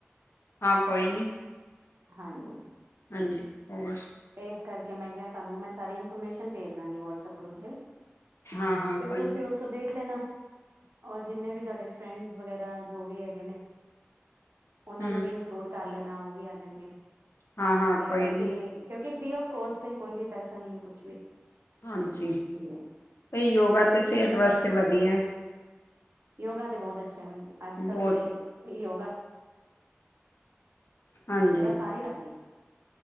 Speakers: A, on the left; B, on the right.
A: ਹਾਂ ਕੋਈ ਨੀ।
B: ਹਾਂਜੀ
A: ਹਾਂਜੀ, ਹੋਰ
B: ਤੇ ਇਸ ਕਰਕੇ ਮੈਂ ਕਿਹਾ ਤੁਹਾਨੂੰ ਮੈਂ ਸਾਰੀ ਇਨਫੋਰਮੇਸ਼ਨ ਭੇਜ ਦਾਂਗੀ ਵਟਸਐਪ ਗਰੁੱਪ ਤੇ
A: ਹਾਂ ਹਾਂ
B: ਤੇ
A: ਕੋਈ
B: ਤੁਸੀਂ
A: ਨੀ
B: ਉੱਥੋਂ ਦੇਖ ਲੈਣਾ। ਔਰ ਜਿੰਨੇ ਵੀ ਤੁਹਾਡੇ ਫਰੈਂਡਸ ਵਗੈਰਾ ਜੋ ਵੀ ਹੈਗੇ ਨੇ। ਉਹਨਾਂ
A: ਹਮ
B: ਨੂੰ ਵੀ ਇਨਕਲੂਡ ਕਰ ਲੈਣਾ। ਉਹ ਵੀ ਆ ਜਾਣਗੇ।
A: ਹਾਂ ਹਾਂ
B: ਤੇ
A: ਕੋਈ
B: ਐਵੇਂ
A: ਨੀ
B: ਕਿ ਉਥੋ ਫਰੀ ਆਫ ਕੋਸਟ ਹੈ ਕੋਈ ਵੀ ਪੈਸਾ ਨਹੀਂ ਕੁਛ ਵੀ।
A: ਹਾਂਜੀ,
B: ਨਹੀਂ ਹੈ।
A: ਯੋਗਾ ਤਾਂ ਸਿਹਤ ਵਾਸਤੇ ਵਧੀਆ
B: ਯੋਗਾ ਤੇ ਬਹੁਤ ਅੱਛਾ ਮ ਅੱਜ
A: ਬਹੁਤ
B: ਕੱਲ੍ਹ ਤੇ ਯੋਗਾ
A: ਹਾਂਜੀ
B: ਪ ਸਾਰੇ ਕਰ,